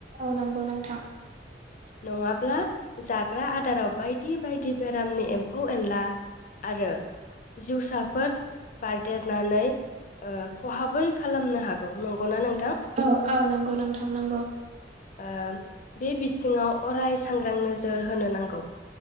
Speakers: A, on the right; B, on the left.
A: औ नंगौ नोंथां
B: नङा ब्ला जाग्रा आदाराव बायदि बायदि बेरामनि एम्फौ-एनला आरो जिउसाफोर बारदेरनानै ओ खहाबै खालामनो हागौ नंगौना नों
A: औ औ नोंगौ नोंथां नोंगौ
B: ओ बे बिथिङाव अराय सांग्रां नोजोर होनो नांगौ